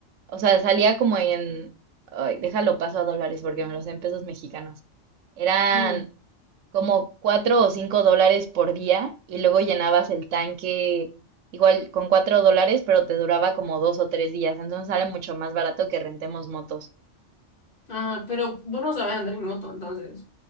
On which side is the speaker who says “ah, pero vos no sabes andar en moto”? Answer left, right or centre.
Left